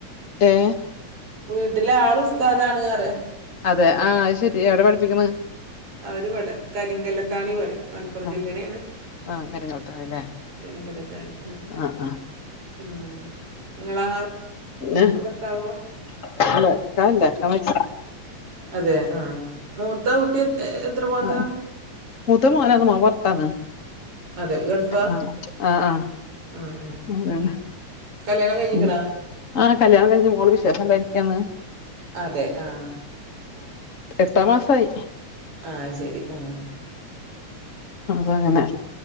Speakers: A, on the left; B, on the right.
A: ഏ?
B: വീട്ടിലെ ആള് ഉസ്താദാണ് അറിയ
A: അതെ ആഹ അത് ശെരി എവിടെ പഠിപ്പിക്ണ്
B: അവര് വടെ കരിങ്കല്ലത്താണി പറിം മലപ്പുറം
A: ആ.
B: ജില്ലേനെണ്
A: ആ. കരിങ്ങാലത്താണില്ലേ?
B: കരിക്കല്ലത്താണി
A: ആ. ആ.
B: ഉം നിങ്ങളാ
A: ഏ,
B: വർത്താവോ
A: <unintelligible>
B: അതെ ആഹ മുത്ത കുട്ടി എത്ര പോന്താ
A: ആഹ മൂത്ത മോനാണ് മോൻ പൊർത്താണ്
B: അതെ ഗൾഫാ
A: ആഹ ആഹ ആഹ
B: ഉം ഉം
A: അതന്നെ
B: കല്യാണം കഴിഞ്ഞിക്കണാ
A: ഇം കല്യാണം കഴിഞ്ഞ് മോള് വിശേഷം ഇണ്ടായിരിക്കാന്ന്
B: അതെ ആഹ
A: എട്ടാ മാസമായി
B: ആഹ ശെരി ആഹ
A: അപ്പങ്ങനെ